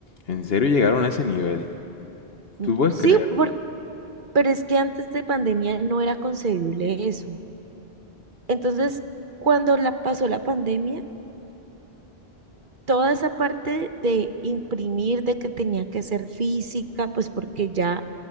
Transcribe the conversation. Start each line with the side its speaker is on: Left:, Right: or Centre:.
Left: en serio llegaron a ese nivel.
Right: Mm,
Left: Tú puedes
Right: Sí,
Left: creerlo.
Right: por- pero es que antes de pandemia no era concebible eso. Entonces, cuando la pasó la pandemia, toda esa parte de imprimir, de que tenía que ser física, pues porque ya